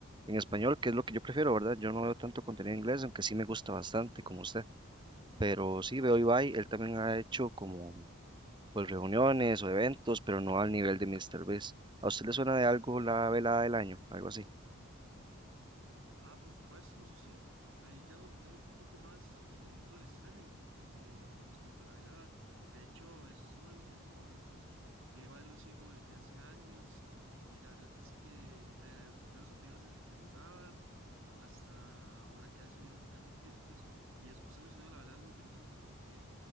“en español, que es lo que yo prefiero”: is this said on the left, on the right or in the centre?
Right